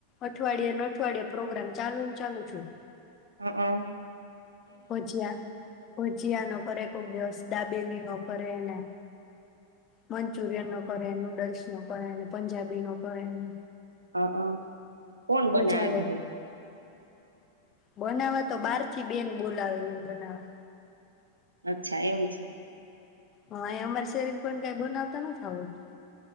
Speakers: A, on the left; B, on the right.
A: અઠવાડિયે ને અઠવાડયિયા પ્રોગ્રામ ચાલુ જ હોય.
B: હા હા.
A: પહોચ્યા પહોચ્યા ન કર કોક દિવસ ડાબ ડેલી નો કરેને, મંચુરિયન નો કરે, નૂડલ્સ નો કરેને, પંજાબી નો કરેને
B: અ હ કોણ બનાવે
A: મજા
B: બધું
A: બનાવવા તો બાર થી બેન બોલાવે ઈ બનાવે.
B: અચ્છા એવું છે.
A: હા આયા અમારા શેરીમાં કોઈને કઈ બનાવતા નથી આવડતુ.